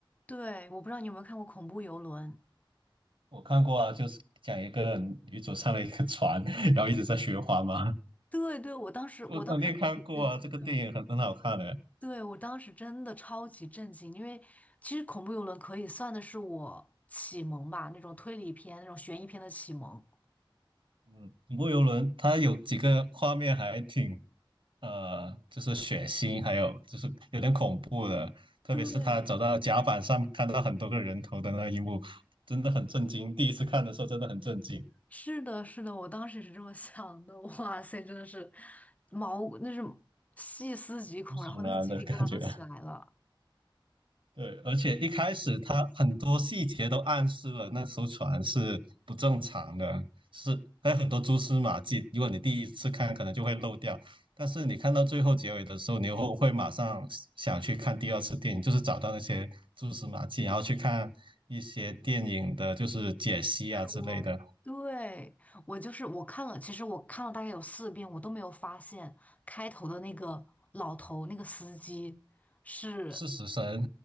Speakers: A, on the left; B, on the right.
A: 对，我不知道你有没有看过《恐怖游轮》？
B: 我看过啊，就是讲一个女主上了一个船，<laughs> 然后一直在循环嘛。
A: 对对，我当时我当时还挺
B: 我肯定看过啊，
A: <laughs> 震惊的。
B: 这个电影很很好看的。
A: 对，我当时真的超级震惊，因为其实《恐怖游轮》可以算的是我启蒙吧，那种推理片、那种悬疑片的启蒙。
B: 嗯，恐怖游轮它有几个画面还挺呃，就是血腥，还有就是有点恐怖的，特别是他走到甲板上看到很多个人头的那一幕，
A: 对，
B: 真的很震惊。第一次看的时候真的很震惊，
A: 是的，是的，我当时也是这么想的。<laughs> 哇塞，真的是毛，那是细思极恐，
B: 毛骨悚然的感觉。
A: 然后那个鸡皮疙瘩都起来了。
B: 对，而且一开始他很多细节都暗示了那艘船是不正常的，是还有很多蛛丝马迹。如果你第一次看，可能就会漏掉，但是你看到最后结尾的时候，你又会会马上想去看第二次电影，就是找到那些蛛丝马迹，然后去看一些电影的，就是解析啊之类的。
A: 我对我就是我看了，其实我看了大概有四遍，我都没有发现开头的那个老头那个司机是，
B: 是死神，